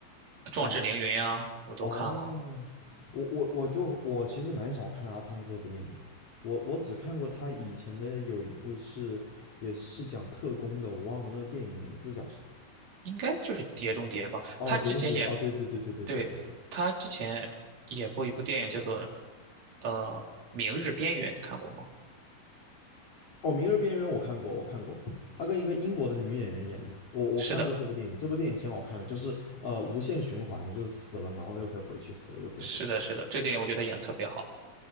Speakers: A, on the right; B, on the left.
A: 《壮志凌云》啊，
B: 叫
A: 我都看了。
B: 哦，我我我就我其实蛮少看阿汤哥的电影的，我我只看过他以前的有一部是也是讲特工的，我忘了那电影的名字叫啥。
A: 应该就是《碟中谍》吧。
B: 哦，
A: 他之前演，
B: 《碟中谍》哦，对对对对对对对对。
A: 对，他之前演过一部电影叫做呃《明日边缘》，你看过吗？
B: 哦，《明日边缘》我看过，我看过，他跟一个英国的女演员演的嘛，我我看过这部电影，
A: 是的，
B: 这部电影挺好看的，就是呃无限循环的，就是死了然后又可以回去，死了又可以回去。
A: 是的，是的，这个电影我觉得他演的特别好。